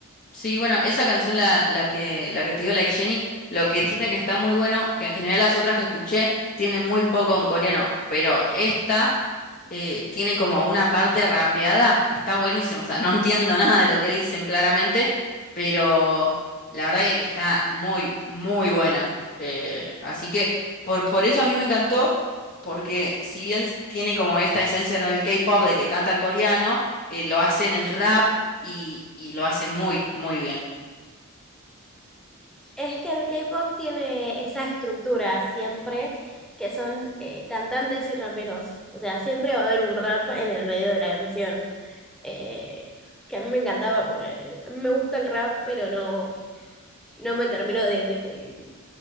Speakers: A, on the left; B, in the centre.
A: Sí, bueno, esa canción, la, la que, la que te dio Like Jenny, lo que tiene que está muy bueno, que en general las otras que escuché tienen muy poco en coreano, pero esta eh, tiene como una parte rapeada que está buenísima, o sea, <laughs> no entiendo nada de lo que dicen claramente, pero la verdad que, que está muy, muy buena. Eh, así que por, por eso a mí me encantó, porque si bien tiene como esta esencia, ¿no? del K-pop de que cantan coreano, eh, lo hacen el rap y, y lo hace muy, muy bien.
B: Es que el K-pop tiene esa estructura siempre, que son eh, cantantes y raperos. O sea, siempre va a haber un rap en el medio de la canción. Eh, que a mí me encantaba porque a mí me gusta el rap, pero no, no me termino de, de- de